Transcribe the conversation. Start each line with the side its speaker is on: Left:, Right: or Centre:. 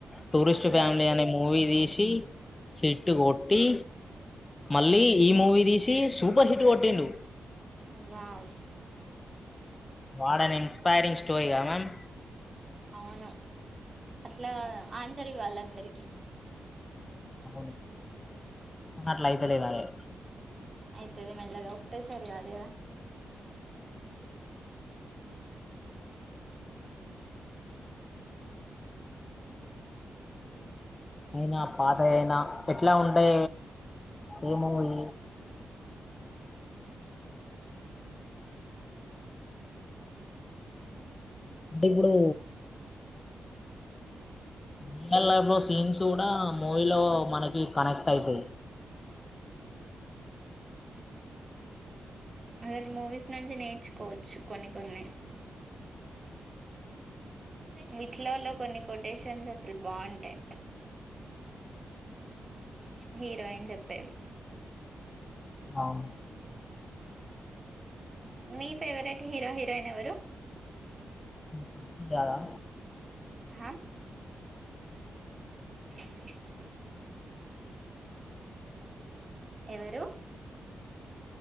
Left: టూరిస్ట్
Right: హీరో
Left: ఫ్యామిలీ
Right: అయిపోయిండు
Left: అనే మూవీ తీసి. చెట్టుగొట్టి మళ్ళీ, ఈ మూవీ తీసి, సూపర్ హిట్ కొట్టిండు.
Right: వావ్!
Left: వాట్ యన్ ఇన్స్పైరింగ్ స్టోరీగా మ్యామ్?
Right: అవును. అట్లా ఆన్సర్ ఇవ్వాలందరికి.
Left: అవును, అహా అట్లైతలేదాయే.
Right: అయితది మెల్లగా, ఒకటేసారి గాదు కదా?
Left: అయినా పాతయయినా ఎట్లా ఉంటే? ఏ మూవీ? అంటె ఇప్పుడూ? రియల్ లైఫ్ లో సీన్స్ గుడా, మూవీలో మనకి కనెక్ట్ అయితయి.
Right: అలాంటి మూవీస్ నుంచి నేర్చుకోవచ్చు. కొన్ని కొన్ని వీటిలోల్లొ కొన్ని కొడ్ టేషన్లాసలు బా ఉంటయ్. హీరోయిన్ చెప్పేవి
Left: అవును.
Right: మీ ఫేవరెట్ హీరో, హీరోయినెవరు?
Left: నీ పర్సనల్ కాదా
Right: హా? <unintelligible> ఎవరూ?